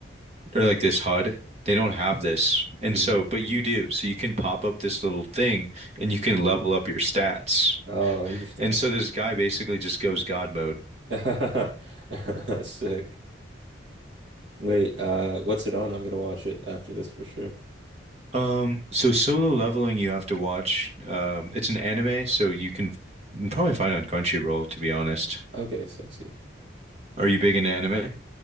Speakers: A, on the right; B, on the right.
A: or like this HUD. They don't have this. And
B: hmm
A: so but you do. So you can pop up this little thing and you can level up your stats.
B: Oh, interesting.
A: And so this guy basically just goes God mode
B: <laughs> Sick. Wait, uh, what's it on? I'm gonna watch it after this for sure.
A: Um, so Solo Leveling you have to watch. Um, it's an anime, so you can, you can probably find it on Crunchyroll, to be honest.
B: Okay, sexy.
A: Are you big into anime?